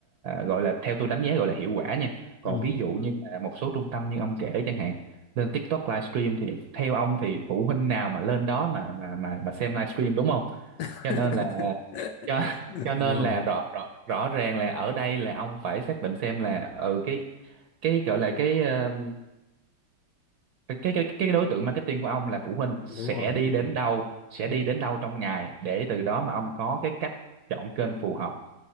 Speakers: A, on the right; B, on the left.
A: gọi là theo tôi đánh giá gọi là hiệu quả nha còn
B: ừ.
A: ví dụ như là một số trung tâm như ông kể chẳng hạn lên TikTok livestream thì theo ông thì phụ huynh nào mà lên đó mà mà mà mà xem livestream đúng không
B: <laughs>
A: cho nên là cho cho nên
B: Ờ,
A: là rõ rõ rõ ràng là ở đây là ông phải xác định xem là ừ cái cái gọi là cái ờ, cái cái cái cái đối tượng marketing của ông là phụ huynh sẽ
B: đúng rồi,
A: đi
B: đúng
A: đến
B: rồi.
A: đâu sẽ
B: Ừ.
A: đi đến đâu trong ngày để từ
B: ừ.
A: đó mà ông có cái cách chọn kênh phù hợp